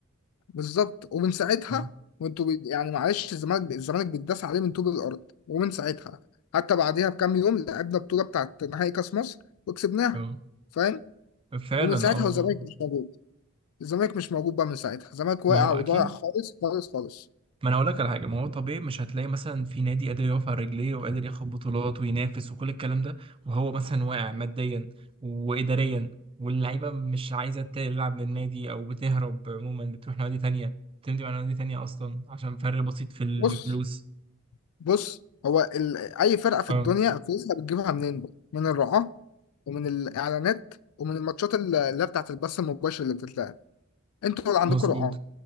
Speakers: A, on the left; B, on the right.
A: بالظبط ومن ساعتها
B: آه
A: وانتوا بي- يعني معلش الزمالك الزمالك بيتداس عليه من طوب الارض ومن ساعتها حتى بعديها بكام يوم لعبنا بطوله بتاعت نهائي كاس مصر وكسبناها
B: آه
A: فاهم
B: فعلا
A: ومن ساعتها
B: آه
A: والزمالك مش موجود الزمالك مش موجود بقى من ساعتها الزمالك واقع
B: ما هو
A: وضايع
B: أكيد
A: خالص خالص خالص
B: ما انا هقول لك على حاجه ما هو طبيعي مش هتلاقي مثلا في نادي قادر يقف على رجليه وقادر ياخد بطولات وينافس وكل الكلام ده وهو مثلا واقع ماديا واداريا واللعيبه مش عايزه تلعب للنادي او بتهرب عموما بتروح نوادي تانية بتمضي على نوادي تانية اصلا عشان فرق بسيط في الفلوس
A: بص بص هو ال... اي فرقه في
B: اه
A: الدنيا فلوسها بتجيبها منين بقى؟ من الرعاه ومن الاعلانات ومن الماتشات ال- اللي هي بتاعت البث المباشر اللي بتتلعب انتوا اللي عندكم
B: مظبوط
A: رعاه